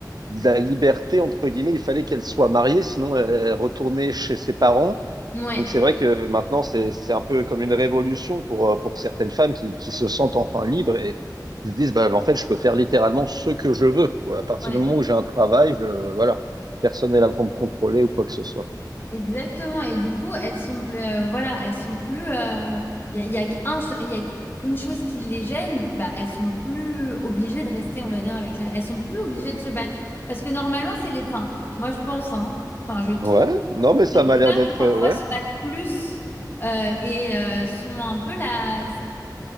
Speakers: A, on the right; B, on the left.
A: de la liberté, entre guillemets, il fallait qu'elle soit mariée, sinon elle elle retournait chez ses parents.
B: une... Ouais,
A: Donc c'est vrai que maintenant, c'est, c'est un peu comme une révolution pour, euh, pour certaines femmes qui, qui se sentent enfin libres et qui se disent, bah, en fait, je peux faire littéralement ce que je veux. quoi. À partir
B: exactement.
A: du moment où j'ai un travail, je, voilà, personne n'est là pour me contrôler ou quoi que ce soit.
B: Exactement. Et du coup, elles sont plus, euh, voilà, elles sont plus. euh, Il y a, il y a qu'un ch- il y a une chose qui les gêne, bah, elles sont plus obligées de rester, on va dire, avec la. Elles sont plus obligées de se battre. Parce que normalement, c'est les. Enfin, moi, je pense, hein. Enfin, je trouve
A: Ouais, non, mais ça
B: que les
A: m'a l'air d'être,
B: femmes, parfois,
A: euh, ouais,
B: se battent plus euh, et euh, sont un peu la.